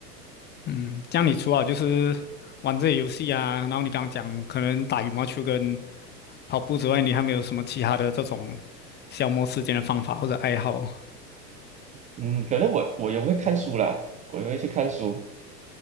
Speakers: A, on the left (about 20°); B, on the right (about 15°).
A: 嗯，这样你除了就是玩这些游戏啊，然后你刚刚讲可能打羽毛球跟跑步之外，你还没有什么其他的这种消磨时间的方法或者爱好？
B: 嗯，可能我我也会看书啦，我也会去看书。